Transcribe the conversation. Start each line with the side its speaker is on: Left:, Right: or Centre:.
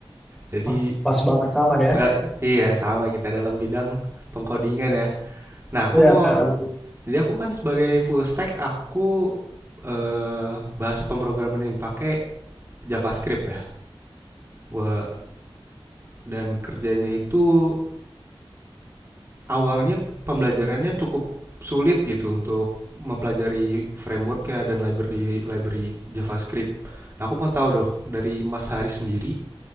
Right: Jadi
Centre: Wah, pas banget sama ya.
Right: pe- iya sama kita dalam bidang pengkodingan ya. Nah,
Centre: Iya,
Right: aku mau
Centre: betul.
Right: jadi aku kan sebagai full stack aku eh bahasa pemrograman yang dipakai JavaScript ya. Wah, Dan kerjanya itu awalnya pembelajarannya cukup sulit gitu untuk mempelajari framework-nya dan library library JavaScript. Nah, aku mau tahu dong dari Mas Hari sendiri